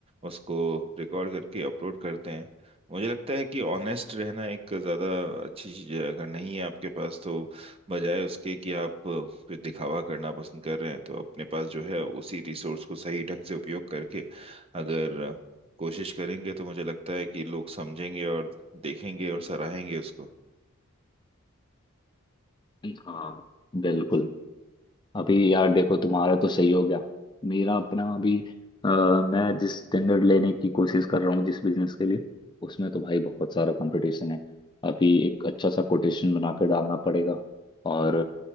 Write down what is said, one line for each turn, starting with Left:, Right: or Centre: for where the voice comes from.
Right: उसको रिकॉर्ड करके अपलोड करते हैं मुझे लगता है कि ऑनेस्ट रहना एक ज़्यादा अच्छी चीज़ है अगर नहीं है आपके पास तो बजाय उसके कि आप कुछ दिखावा करना पसंद कर रहे हैं तो अपने पास जो है उसी रिसोर्स को सही ढंग से उपयोग करके अगर कोशिश करेंगे तो मुझे लगता है कि लोग समझेंगे और देखेंगे और सराहेंगे उसको
Left: हाँ बिल्कुल अभी यार देखो तुम्हारा तो सही हो गया मेरा अपना अभी अ, मैं जिस टेंडर लेने की कोशिश कर रहा हूँ जिस बिजनेस के लिए उसमें तो भाई बहुत सारा कंपटीशन है अभी एक अच्छा सा कोटेशन बना के डालना पड़ेगा और